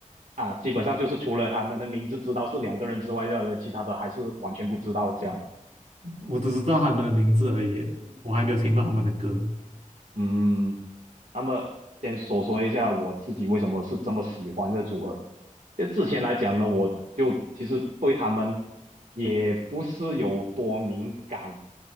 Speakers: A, on the right (about 75°); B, on the right (about 60°).
A: 啊，基本上就是除了他们的名字知道是两个人之外的，其他的还是完全不知道这样。
B: 我只知道他们的名字而已，我还没有听过他们的歌，
A: 嗯，那么先说说一下我自己为什么是这么喜欢这组合。就之前来讲呢，我就其实对他们也不是有多敏感，